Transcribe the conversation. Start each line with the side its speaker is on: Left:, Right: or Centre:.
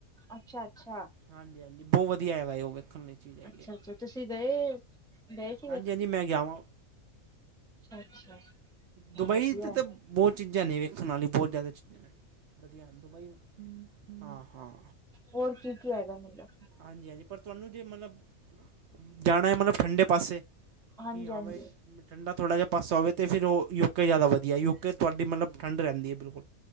Centre: ਅੱਛਾ ਅੱਛਾ।
Right: ਹਾਂਜੀ-ਹਾਂਜੀ, ਬਹੁਤ ਵਧੀਆ ਹੈਗਾ ਏ ਉ ਵੇਖਣ ਲਈ। ਚੀਜ ਹੈਗੀ
Centre: ਅੱਛਾ
Right: ਏ,
Centre: ਅੱਛਾ ਤੁਸੀਂ ਗਏ ਗਏ ਸੀ
Right: ਹਾਂਜੀ-ਹਾਂਜੀ ਮੈਂ ਗਿਆ ਵਾਂ।
Centre: ਅੱਛਾ-ਅੱਛਾ,
Right: ਦੁਬਈ
Centre: ਵਧੀਆ।
Right: ਤੇ ਤਾਂ ਬਹੁਤ ਚੀਜ਼ਾਂ ਨੇ ਵੇਖਣ ਵਲੀਆਂ, ਬਹੁਤ ਜ਼ਿਆਦਾ ਚੀਜ਼ਾਂ ਨੇ, ਵਧੀਆ ਦੁਬਈ, ਹਾਂ-ਹਾਂ।
Centre: ਹੋਰ ਕੀ-ਕੀ ਹੈਗਾ, ਮਤਲਬ?
Right: ਹਾਂਜੀ-ਹਾਂਜੀ, ਪਰ ਤੁਹਾਨੂੰ ਜੇ ਮਤਲਬ ਜਾਣਾ ਹੈ, ਮਤਲਬ ਠੰਢੇ ਪਾਸੇ?
Centre: ਹਾਂਜੀ
Right: ਕਿ ਹਾਂ
Centre: ਹਾਂਜੀ।
Right: ਬਾਈ, ਠੰਢਾ ਥੋੜ੍ਹਾ ਜਿਹਾ ਪਾਸਾ ਹੋਵੇ, ਤੇ ਫਿਰ ਉ ਯੂਕੇ ਜ਼ਿਆਦਾ ਵਧੀਆ, ਯੂਕੇ ਤੁਹਾਡੀ ਮਤਲਬ ਠੰਡ ਰਹਿੰਦੀ ਹੈ ਬਿਲਕੁਲ!